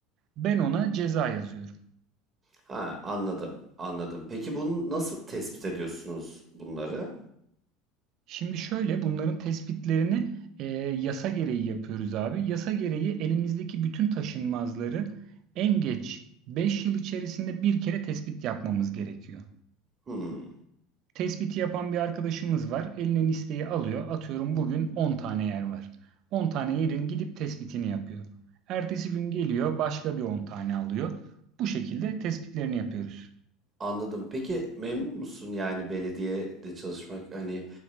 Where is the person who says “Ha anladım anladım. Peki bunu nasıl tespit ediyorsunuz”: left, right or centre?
Right